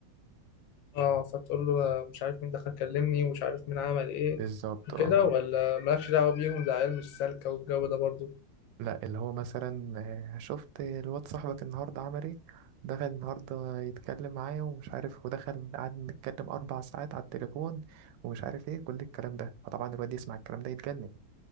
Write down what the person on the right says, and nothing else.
بالظبط
اه
لا اللي هو مثلا آه، شفت الواد صاحبك النهارده عمل ايه دخل النهارده يتكلم معايا ومش عارف ودخل قعد نتكلم اربع ساعات على التليفون ومش عارف ايه كل الكلام ده فطبعا الواد يسمع الكلام ده يتجنن